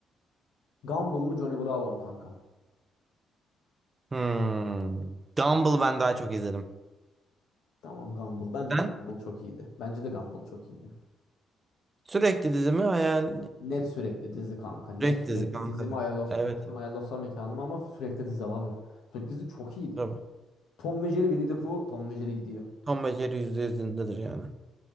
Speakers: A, on the left; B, on the right.
A: Gumball mı Johnny Bravo mu kanka?
B: Hmm. Gumball ben daha çok izledim.
A: Tamam Gumball. Bence
B: Ben
A: de Gumball çok iyiydi. Bence de Gumball çok iyiydi.
B: sürekli dizimi hayal
A: Net sürekli dizi kanka. Net
B: Direkt
A: sürekli
B: dizi kanka.
A: dizi
B: ya.
A: mi? Hayal dostum,
B: Evet. evet.
A: hayal dostlar mekanım ama sürekli dizi abi. Sürekli dizi çok iyiydi.
B: Tabii.
A: Tom ve Jerry Winnie the Pooh. Tom ve Jerry gidiyor.
B: Tom ve Jerry yüzde yüzündedir yani.